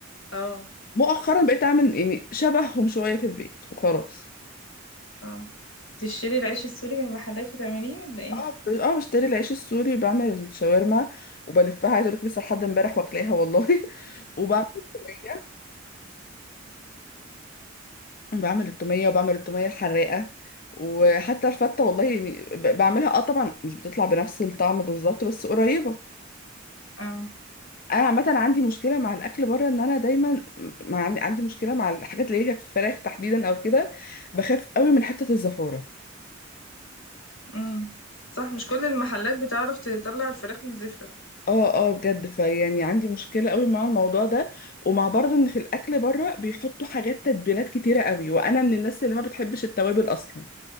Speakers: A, on the left (about 80°); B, on the left (about 45°).
A: اه
B: مؤخرا بقيت اعمل يعني شبههم شويه في البيت وخلاص
A: اه تشتري العيش السوري من محلات بتعمليه ولا ايه
B: اه ب- اه بشتري العيش السوري وبعمل الشاورما وبلفها عايز اقول لك لسه لحد امبارح واكلاها والله <laughs> وبعمل التوميه بعمل التوميه وبعمل التوميه الحراقه وحتى الفته والله يعني ب- بعملها اه طبعا مش بتطلع بنفس الطعم بالظبط بس قريبه
A: اه
B: انا عامه عندي مشكله مع الاكل بره ان انا دايما مع عندي عندي مشكله مع الحاجات اللي هي في الفراخ تحديدا او كده بخاف قوي من حته الزفاره
A: امم صح مش كل المحلات بتعرف تطلع الفراخ من الزفرة
B: اه اه بجد فيعني عندي مشكله قوي مع الموضوع ده ومع برضه ان في الاكل بره بيحطوا حاجات تتبيلات كتيره قوي وانا من الناس اللي ما بتحبش التوابل اصلا